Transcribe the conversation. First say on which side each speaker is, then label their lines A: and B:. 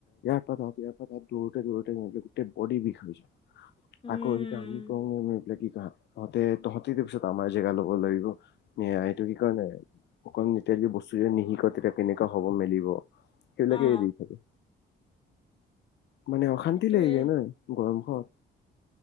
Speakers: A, on the left (about 60°); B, on the left (about 25°).
A: পৰা তাত ইয়াৰ পৰা তাত ঘূৰোতে, ঘূৰোতে গোটেই বডী বিষ হৈছে।
B: উম
A: আকৌ এতিয়া আমি। ম পেলাই কি ক তহঁতে তহঁতি পিছত আমাৰ জেগা ল'ব লাগিব। সেয়া এইটো কি কাৰণ নাই অকন যেতিয়া যদি বস্তু যেদি নিশিক তেতিয়া কেনেকুৱা হ'ব মেলিব। সেইবিলাকেই
B: অ
A: দি থাকে, মানে অশান্তি
B: সেইটোৱে
A: লৈ যায় ন। গৰম খনত।